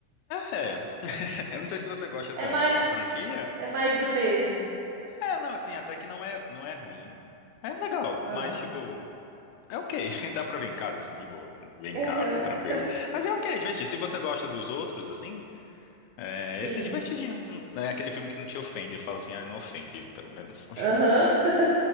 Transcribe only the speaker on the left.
é. <laughs> Eu não sei se você gosta
da,
da franquia.
É, não, assim, até que não é, não é ruim. É legal,
mas, tipo, é ok. <laughs> Dá pra ver em casa, assim, de boa. Ver em
casa, tranquilo. Mas é ok, é divertido. Se você gosta dos outros, assim, é,
esse é divertidinho. É aquele filme que não te ofende. Fala assim, ah, não ofende, pelo menos.